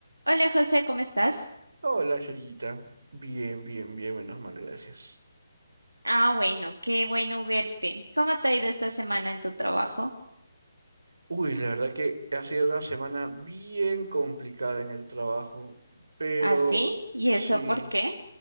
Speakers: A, on the right; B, on the right.
A: Hola José, ¿cómo estás?
B: Hola, Yerita. Bien, bien, bien, menos mal, gracias.
A: Ah, bueno, qué bueno verte. ¿Cómo te ha ido esta semana en tu trabajo?
B: Uy, la verdad que ha sido una semana bien complicada en el trabajo, pero
A: ¿Ah, sí? ¿Y
B: sí,
A: eso por qué?